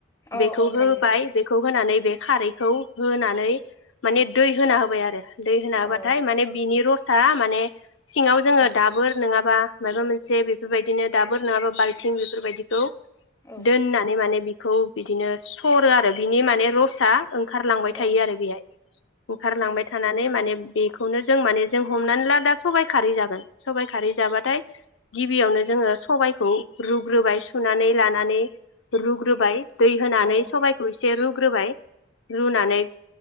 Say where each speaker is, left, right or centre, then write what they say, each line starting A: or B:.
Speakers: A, on the left; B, on the left.
A: औ
B: बेखौ
A: औ
B: होबाय
A: थायो
B: बेखौ होनानै बे खारैखौ होनानै माने दै होना होबाय आरो दै होन हाबाथाय
A: औ
B: माने बिनि रस सा माने सिङाव जोङो
A: औ
B: दाबोर नोङाबा माइबा मोनसे बेफोरबायदिनो दाबोर नङाबा बाल्थिं बेफोरबायदिखौ
A: औ
B: दोननानै माने बि खौ बिदिनो सरो आरो बिनि माने रसा ओंखारलांबाय
A: औ
B: थायो आरो बेहाय ओंखारलांबाय थानानै माने बेखौनो जों माने जों हमनानै ला दा सबबाय खारै जागोन सबाइ खारै जाबाथाय गिबियावनो जोङो सबायखौ रुग्रोबाय सुनानै लानानै रुग्रोबाय दै होनानै
A: औ
B: सबायखौ एस से रुग्रोबाय रुनानै